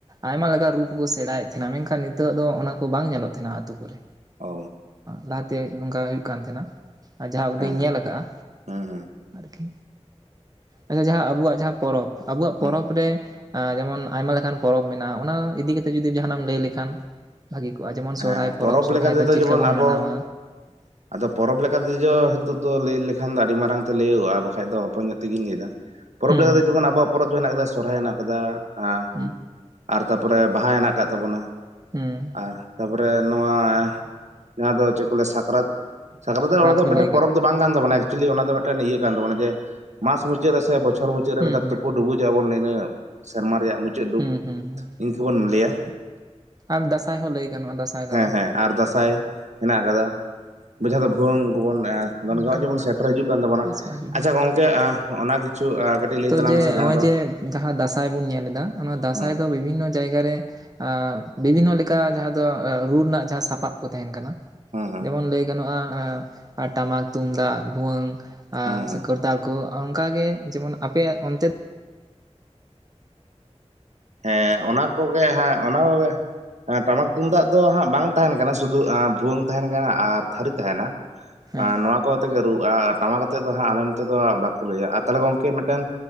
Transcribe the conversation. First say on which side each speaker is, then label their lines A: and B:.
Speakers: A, on the right; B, on the right.
A: ᱟᱭᱢᱟ ᱠᱟᱡᱟ ᱨᱩ ᱠᱚᱠᱚ ᱥᱮᱬᱟᱭᱮᱫ ᱛᱷᱮᱱᱟ ᱢᱮᱱᱠᱷᱟᱱ ᱱᱤᱛᱚᱜ ᱫᱚ ᱚᱱᱟ ᱠᱚ ᱵᱟᱝ ᱧᱮᱞᱚᱜ ᱛᱷᱮᱱᱟ ᱟᱛᱩ ᱠᱚᱨᱮ᱾
B: ᱚ
A: ᱞᱟᱦᱟᱛᱮ ᱱᱚᱝᱠᱟ ᱦᱩᱭᱩᱜ ᱠᱟᱱ ᱛᱮᱦᱮᱸᱱᱟ᱾ ᱟᱨ ᱡᱟᱦᱟᱸ ᱩᱫᱟᱹᱤᱧ
B: ᱦᱮᱸ ᱦᱮᱸ
A: ᱧᱮᱞ ᱟᱠᱟᱜ-ᱟ
B: ᱦᱩᱸ ᱦᱩᱸ
A: ᱟᱨᱠᱤ ᱟᱪᱪᱷᱟ ᱡᱟᱦᱟᱸ ᱟᱵᱚᱣᱟᱜ ᱡᱟᱦᱟᱸ ᱯᱚᱨᱚᱵᱽ ᱟᱵᱚᱣᱟᱜ
B: ᱦᱮᱸ
A: ᱯᱚᱨᱚᱵᱽ ᱨᱮ ᱟ ᱡᱮᱢᱚᱱ ᱟᱭᱢᱟ ᱠᱟᱛᱷᱟᱱ ᱯᱚᱨᱚᱵᱽ ᱢᱮᱱᱟᱜ-ᱟ ᱚᱱᱟ ᱤᱫᱤ ᱠᱟᱛᱮᱜ ᱡᱩᱫᱤ ᱡᱟᱦᱟᱱᱟᱜ ᱮᱢ ᱞᱟᱹᱭ ᱞᱮᱠᱷᱟᱱ ᱵᱷᱟᱜᱤ ᱠᱚᱜ-ᱟ ᱡᱮᱢᱚᱱ
B: ᱦᱮᱸ
A: ᱥᱚᱨᱦᱟᱭ ᱯᱚᱨᱚᱵᱽ, ᱥᱚᱨᱦᱟᱭ
B: ᱛᱮᱫᱚ
A: ᱫᱚ ᱪᱮᱫ
B: ᱡᱮᱢᱚᱱ
A: ᱞᱮᱠᱟ ᱵᱚᱱ
B: ᱟᱵᱚ
A: ᱢᱟᱱᱟᱣᱟ?
B: <inaudible> ᱟᱫᱚ ᱯᱚᱨᱚᱵᱽ ᱞᱮᱠᱟᱛᱮᱫᱚ ᱦᱤᱛᱚᱜ ᱫᱚ ᱞᱟᱹᱭ ᱞᱮᱠᱷᱟᱱ ᱫᱚ ᱟᱹᱰᱤ ᱢᱟᱨᱟᱝ ᱛᱮ ᱞᱟᱹᱭᱚᱜ-ᱟ ᱵᱟᱠᱷᱟᱡ ᱫᱚ ᱦᱚᱯᱚᱱ ᱧᱚᱜ ᱛᱮᱜᱮᱧ ᱞᱟᱹᱭᱫᱟ ᱯᱚᱨᱚᱵᱽ
A: ᱦᱩᱸ
B: ᱞᱮᱠᱟᱛᱮ
A: ᱦᱩᱸ
B: ᱡᱮᱢᱚᱱ ᱟᱵᱚᱣᱟᱜ ᱯᱚᱨᱚᱵᱽ ᱫᱚ ᱦᱮᱱᱟᱜ ᱠᱟᱫᱟ ᱥᱚᱦᱨᱟᱭ ᱦᱮᱱᱟᱜ ᱠᱟᱫᱟ ᱟ
A: ᱦᱩᱸ
B: ᱟᱨ ᱛᱟᱯᱚᱨᱮ ᱵᱟᱦᱟ ᱦᱮᱱᱟᱜ ᱠᱟᱫ ᱛᱟᱵᱚᱱᱟ
A: ᱦᱩᱸ
B: ᱟᱨ ᱛᱟᱯᱚᱨᱮ ᱱᱚᱣᱟ ᱡᱟᱦᱟᱸ ᱫᱚ ᱪᱮᱫ ᱠᱚ ᱞᱟᱹᱭᱟ ᱥᱟᱠᱨᱟᱛ ᱥᱟᱠᱨᱟᱛ ᱚᱱᱟ ᱫᱚ
A: ᱦᱚᱸ
B: ᱢᱮᱫᱴᱮᱱ
A: ᱞᱟᱹᱭ ᱜᱟᱱᱚᱜᱼᱟ
B: ᱯᱚᱨᱚᱵᱽ ᱫᱚ ᱵᱟᱝ ᱠᱟᱱ ᱛᱟᱵᱚᱱᱟ ᱮᱠᱪᱩᱭᱞᱤ ᱚᱱᱟ ᱫᱚ ᱢᱮᱫᱴᱮᱱ ᱤᱭᱟᱹ ᱠᱟᱱ ᱛᱵᱚᱱᱟ ᱡᱮ ᱢᱟᱥ ᱢᱩᱪᱟᱹᱫ ᱨᱮ ᱥᱮ ᱵᱚᱪᱷᱚᱨ ᱢᱩᱪᱟᱹᱫ ᱨᱮ
A: ᱦᱩᱸ
B: ᱢᱤᱫ ᱫᱷᱟᱣ
A: ᱦᱩᱸ
B: ᱛᱩᱯᱩᱫ ᱰᱩᱵᱩᱡᱟᱵᱚᱱ ᱤᱱᱟᱹ ᱥᱮᱨᱢᱟ ᱨᱮᱭᱟᱜ ᱢᱩᱪᱟᱹᱫ ᱰᱩᱵ
A: ᱦᱩᱸ ᱦᱩᱸ ᱦᱩᱸ
B: ᱤᱱᱠᱟᱹ ᱵᱚᱱ ᱞᱟᱹᱭᱟ
A: ᱟᱨ ᱫᱟᱸᱥᱟᱭ ᱦᱚᱸ ᱞᱟᱹᱭ ᱜᱟᱱᱚᱜ-ᱟ ᱫᱟᱸᱥᱟᱭ ᱫᱟᱬᱟᱱ᱾
B: ᱦᱮᱸ ᱦᱮᱸ ᱟᱨ ᱫᱟᱸᱥᱟᱭ ᱦᱮᱱᱟᱜ ᱟᱠᱟᱫᱟ ᱵᱩᱡᱷᱟᱹᱣ ᱫᱚ ᱵᱷᱩᱣᱟᱹᱝ ᱠᱚᱵᱚᱱ ᱮ ᱱᱚᱜᱚᱭ
A: ᱚᱱᱠᱟ
B: ᱡᱮᱵᱚᱱ ᱥᱮ ᱴᱨᱮ ᱡᱩᱜ ᱠᱟᱱ ᱛᱟᱵᱚᱱᱟ
A: ᱵᱮᱥ ᱵᱷᱟᱜᱤ
B: ᱟᱪᱪᱷᱟ
A: ᱜᱮ
B: ᱜᱚᱝᱠᱮ ᱚᱱᱟ ᱠᱤᱪᱷᱩ ᱠᱟᱹᱴᱤᱡ ᱞᱟᱹᱭ
A: ᱛᱚ
B: ᱛᱟᱞᱟᱝ
A: ᱡᱮ
B: ᱢᱮᱥᱮ ᱡᱟᱦᱟᱸ
A: ᱱᱚᱜᱼᱚᱭ
B: ᱫᱚ
A: ᱡᱮ ᱡᱟᱦᱟᱸ ᱫᱟᱸᱥᱟᱭ ᱵᱚᱱ ᱧᱮᱞ ᱮᱫᱟ ᱚᱱᱟ ᱫᱟᱸᱥᱟᱭ
B: ᱦᱮᱸ
A: ᱫᱚ ᱵᱤᱵᱷᱤᱱᱱᱚ ᱡᱟᱭᱜᱟ ᱨᱮ ᱟ ᱵᱤᱵᱷᱤᱱᱱᱚ ᱞᱮᱠᱟ ᱡᱟᱦᱟᱸ ᱫᱚ ᱨᱩ ᱨᱮᱱᱟᱜ ᱡᱟᱦᱟᱸ ᱥᱟᱯᱟᱵ ᱠᱚ ᱛᱟᱦᱮᱱ ᱠᱟᱱᱟ
B: ᱦᱮᱸ ᱦᱮᱸ
A: ᱡᱮᱢᱚᱱ ᱞᱟᱹᱭ ᱜᱟᱱᱚᱜ-ᱟ ᱴᱟᱢᱟᱠ ᱛᱩᱢᱫᱟᱜ ᱵᱷᱩᱣᱟᱹᱝ ᱟ
B: ᱦᱮᱸ ᱦᱮᱸ
A: ᱥᱮ ᱠᱚᱨᱛᱟᱞ ᱠᱚ ᱚᱱᱠᱟ ᱜᱮ ᱡᱮᱢᱚᱱ ᱟᱯᱮᱭᱟᱜ ᱚᱱᱛᱮ
B: ᱦᱮᱸ ᱚᱱᱟ ᱠᱚᱜᱮ ᱦᱟᱸᱜ ᱚᱱᱟ ᱠᱚᱜᱮ ᱮᱸ ᱴᱟᱢᱟᱠ ᱛᱩᱢᱫᱟᱜ ᱫᱚ ᱦᱟᱸᱜ ᱵᱟᱝ ᱛᱟᱦᱮᱱ ᱠᱟᱱᱟ ᱥᱩᱫᱩ ᱵᱷᱩᱣᱟᱹᱝ ᱛᱟᱦᱮᱱ ᱠᱟᱱᱟ ᱟᱨ ᱛᱷᱟᱹᱨᱤ ᱛᱟᱦᱮᱱᱟ᱾
A: ᱦᱮᱸ
B: ᱟ ᱱᱚᱣᱟ ᱠᱚ ᱟᱛᱮᱜᱮ ᱫᱚ ᱟᱨ ᱴᱟᱢᱟᱠ ᱟᱛᱮᱜ ᱫᱚ ᱦᱟᱸᱜ ᱟᱞᱮ ᱱᱚᱛᱮ ᱫᱚ ᱵᱟᱠᱚ ᱞᱟᱹᱭᱟ, ᱟᱨ ᱛᱟᱦᱚᱞᱮ ᱜᱚᱝᱠᱮ ᱢᱤᱫᱴᱮᱱ